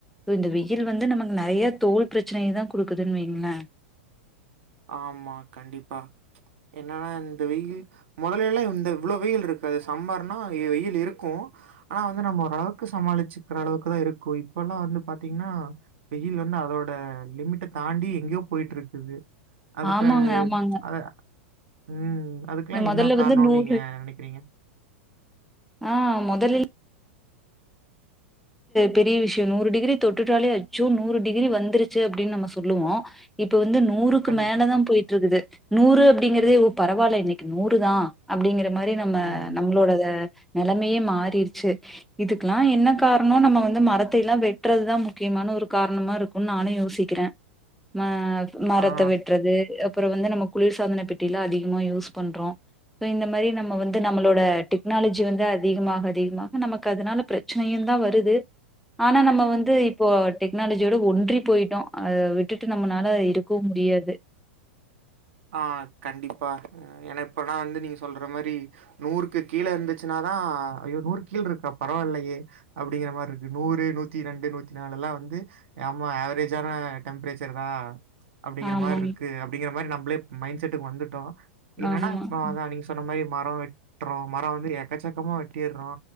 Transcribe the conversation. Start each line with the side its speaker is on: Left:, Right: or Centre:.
Centre: யோ இந்த வெயில் வந்து நமக்கு நறைய தோல் பிரச்சனைைய தா குடுக்குதுன்னு வைங்கலே
Right: ஆமா கண்டிப்பா என்னன்னா இந்த வெயில் முதல எல்லா இந்த இவ்வளவு வெயில் இருக் காது சம்மர்னா வெயில் இருக்கூ ஆனா வந்து நம்ம ஓரளவுக்கு சமாளிச்சுக்கிற அளவுக்கு தா இருக்கூ இப்ப பல்லா வந்து பாத்தீங்கன்னா வெயில் வந்து அதோட லிமிட்ட தாண்டி எங்கயோ போயிட்டுருக்குது அதுக்கு
Centre: ஆமாங்க ஆமாங்க
Right: அத உம் அதுக்கெல்லா
Centre: மொதல்ல
Right: என்ன கார்நோனு
Centre: வந்து நூறு
Right: நீங்க நினைக்கிறீங்க
Centre: ஆ மொதலில் பெரிய விஷயம் நூறு டிகிரி தொட்டுட்டாலே வச்சும் நூறு டிகிரி வந்துருச்சு அப்படின்னு நம்ம சொல்லுவோம் இப்ப வந்து நூறுக்கு
Right: கண்டிப்பா.
Centre: மேல தான் போயிட்டுருக்குது நூறு அப்படிங்கறதே ஒ பரவால்ல இன்னைக்கு நூறு தா அப்படிங்கிற மாரி நம்ம
Right: ம்.
Centre: நம்மளோட நிலைமையே மாறிடுச்சு இதுக்கெல்லாம் என்ன கார்னோ நம்ம வந்து மரத்தைலா எல்லாம் வெட்டுறதுதா முக்கியமான ஒரு காரணமா இருக்குனு நானு யோசிக்கிற ஆ மரத்த
Right: ஆ.
Centre: வெட்டுறது அப்ரோ வந்து நம்ம குளிர் சாதன பெட்டிலா அதிகமா யூஸ் பண்றோ ப சோ இந்த மாரி நம்ம வந்து நம்மளோட டெக்னாலஜி வந்து அதிகமாக அதிகமாக நமக்கு அதனால பிரச் நையுந்தா வருது ஆனா நம்ம வந்து இப்போ டெக்னாலஜியோட ஒன்றி போயிட்டோம் அத விட்டுட்டு நம்மளால இருக்கவு முடியா முடியாது
Right: ஆ கண்டிப்பா ஏனா இப்பனா வந்து நீங்க சொல்ற மாரி நூறுக்கு கீழ இருந்துச்சுன்னா ஆ ஐயோ நூறு கீழ் இருக்கா பரவால்லையே அப்படிங்கிற மாரி இருக்கு நூறு நூத்தி ரெண்டு நூத்தி நாலு எல்லா வந்து ஆமா ஆவரேஜான டெம்ப்ரேச்சர் தான் அப்புடிங்கிற
Centre: ஆமாங்க.
Right: மாருக்கு அப்புடிங்குற மாரி நம்பளே மைண்ட் செட்டுக்கு வந்துட்டோ என்னன்னா
Centre: ஆமா.
Right: இப்ப அதான்
Centre: ம்.
Right: நீங்க சொன்ன மாரி மரோ வெட்டுறோ மரோ வந்து எக்கச்சக்கமா வெட்டிறோ